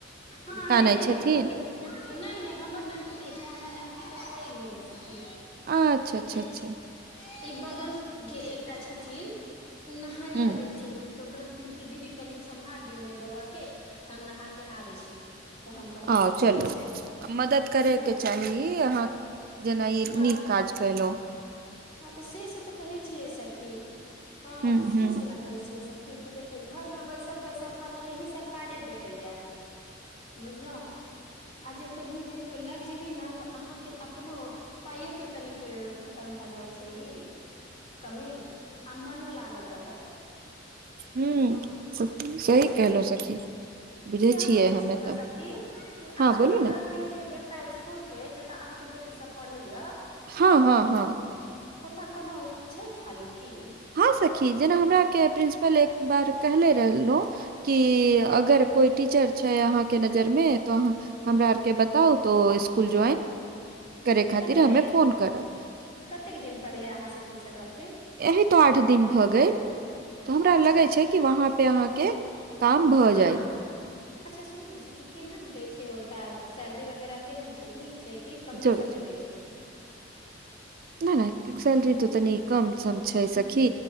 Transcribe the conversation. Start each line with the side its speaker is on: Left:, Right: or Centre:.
Left: हँ
Right: कानै
Left: नै नै
Right: छथिन
Left: बगल के नै नहि हमर नन्नकी नहि छै हमर नन्नकी तऽ पैघ भेले छै सखी
Right: अच्छा अच्छा
Left: जे
Right: अच्छा
Left: छ ई बगल के एकटा छथिन ओ नहाय
Right: हूँ
Left: ल गेल छथिन तऽ कहलथिन क दीदी कनिक सम्हार दियौ ने बौआ के हम नहा के आबै छी तऽ हम कहलहुँ
Right: अं
Left: कि
Right: चलू
Left: ठीक छै
Right: मदद करय
Left: हँ
Right: के चाही अहाँ जेना इ
Left: हँ
Right: निक काज कैलो
Left: हँ त से से तऽ कहै छियै सखी हँ
Right: ह
Left: से
Right: ह
Left: से नहि कहै छियै सखी देख घर में बैसल बैसल खाली यही सब काजे भेटैया बुझलउ आ जे कही देखियौ लग जेबै ने तऽ अहाँ के अपनो पाइयो के कनिक खतम छ इ कमी आ मनो लागल रहत
Right: ह
Left: बुझलहुँ
Right: सही
Left: से
Right: कहलो सखी बुझै
Left: से हम
Right: छियै
Left: पूछै
Right: हमे
Left: छलहु
Right: तऽ
Left: सखी कि
Right: हँ
Left: अहाँ
Right: बोलू
Left: के
Right: ने
Left: लगमे जे एकटा स्कुल छै जतऽ अहाँ के बेटी सब पढ़ैया
Right: हँ हँ हँ
Left: हु ओताऽ कोनो छै खाली कि
Right: हँ सखी जेना हमरा आर के प्रिंसिपल एक बार कहले रहलहु कि अगर कोइ टीचर छै अहाँ के नजरमे तऽ अहाँ हमरा आर के बताउ तो इसकुल ज्वइन करै खातिर
Left: कतेक
Right: हमे
Left: दे
Right: फोन करब
Left: कतेक दिन पहिले अहाँ से पूछल रहथिन
Right: एही तो आठ दिन भऽ गेल हमरा
Left: अच्छा
Right: लगे छै कि वहाँ पे अहाँ के काम भऽ
Left: हँ
Right: जायत
Left: अच्छा सुनू ने सखी केहन दय छै ओत सैलरी वगैरह केहन छै नीक छै कि कमे
Right: जरूर
Left: समे दै छै
Right: नहि नहि सैलरी तो तनी कम सम छै सखी